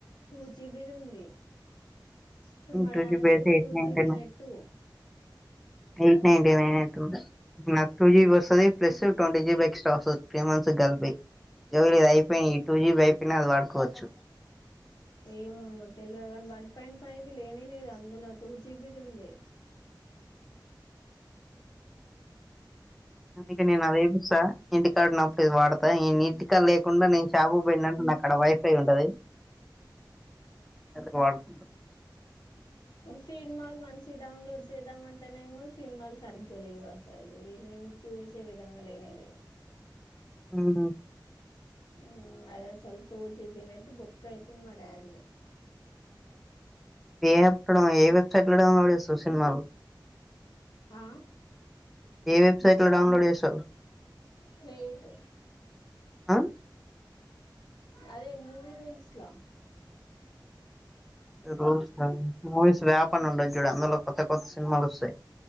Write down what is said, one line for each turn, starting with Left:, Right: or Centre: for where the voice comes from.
Left: టూ జీ బీ దుంది ఇప్పుడు మా
Centre: టూ
Left: డాడీ
Centre: జీబీ అయితే
Left: ది
Centre: eight
Left: two
Centre: ninety
Left: G B
Centre: nine
Left: net
Centre: eight ninety nine నాకు టూ జీ బి వస్తది plus twenty G B extra వస్తది త్రీ మంత్స్ కు కలిపి <unintelligible> అయిపోయినా ఈ టూ జీ బీ అయిపోయినా అది వాడుకోవచ్చు
Left: ఏమో తెల్వదు <unintelligible> వన్ పాయింట్ ఫైవ్ లేనే లేదు అందులో టూ జీ బీ దుంది
Centre: అందుకే నేను అది ఏపిస్తా ఇంటి కాడున్నప్పుడు ఇది వాడతా నే నీటికా లేకుండా నేను షాపు కు పోయినంటే నాకు అక్కడ వై ఫై ఉంటది అది వాడుకుంటా
Left: సినిమాలు మంచివి డౌన్లోడ్ చేద్దామంటేనేమో సినిమాలు సరిగ్గా లేవు అసలు ఈ నా నను చూసే విధంగా లేనేలేవు
Centre: ఊహూ
Left: ఊ అది అసలు టూ జి బి నెట్ బొక్కైతుంది మా డాడ్ ది
Centre: ఏ ఎత్తడం ఏ వెబ్సైట్లుడ సూ సినిమాలు
Left: ఆ
Centre: ఏ వెబ్సైట్ లో డౌన్లోడ్ చేస్
Left: ప్లేట్
Centre: ఆ
Left: అదే మూవి రూల్స్ లో
Centre: <unintelligible> మూవీస్ వ్యాప్ అని ఉండద్ చూడు అందులో కొత్త కొత్త సినిమాలు వస్తాయి